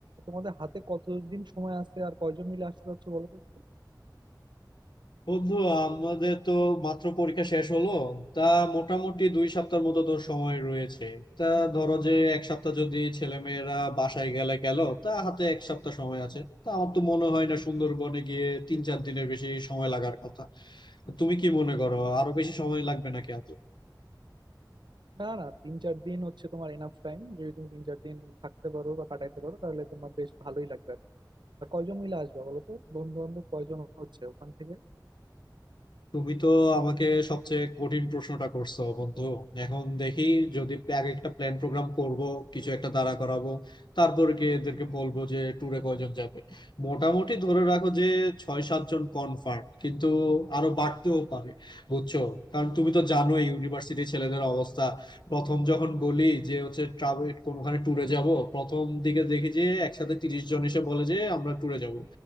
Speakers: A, on the right; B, on the left.
A: তোমাদের হাতে কতদিন সময় আছে আর কয়জন মিলে আসতে হচ্ছে বলো তো একটু
B: বন্ধু আমাদের তো মাত্র পরীক্ষা শেষ হলো তা মোটামুটি দুই সপ্তাহ মতো তোর সময় রয়েছে তা ধরো যে এক সপ্তাহ যদি ছেলেমেয়েরা বাসায় গেলে গেল তা হাতে এক সপ্তাহ সময় আছে তা আমার তো মনে হয় না সুন্দরবনে গিয়ে তিন চার দিনের বেশি সময় লাগার কথা তুমি কি মনে করো আরো বেশি সময় লাগবে নাকি হাতে
A: না না তিন চার দিন হচ্ছে তোমার এনাফ টাইম যদি তুমি তিন চার দিন থাকতে পারো বা কাটাইতে পারো তাহলে তোমার বেশ ভালোই লাগবে আর কয়জন মিলে আসবে বলো তো বন্ধু বান্ধব কয়জন হচ্ছে ওখান থেকে
B: তুমি তো আমাকে সবচেয়ে কঠিন প্রশ্নটা করছো বন্ধু এখন দেখি যদি আগে একটা প্ল্যান প্রোগ্রাম করব কিছু একটা দাঁড়া করাবো তারপর গিয়ে এদেরকে বলবো যে ট্যুরে কয়জন যাবে মোটামুটি ধরে রাখো যে ছয় সাতজন কনফার্ম কিন্তু আরো বাড়তেও পারে বুঝছো কারণ তুমি তো জানোই ইউনিভার্সিটি ছেলেদের অবস্থা প্রথম যখন বলি যে হচ্ছে ট্রাভেল কোনোখানে ট্যুরে যাব প্রথম দিকে দেখি যে একসাথে তিরিশ জন এসে বলে যে আমরা ট্যুরে যাব